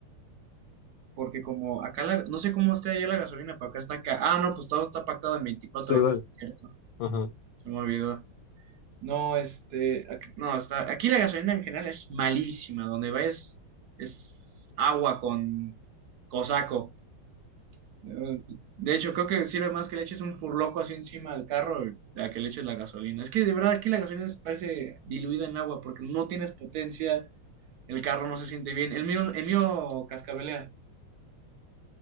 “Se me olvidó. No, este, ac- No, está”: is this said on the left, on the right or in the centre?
Right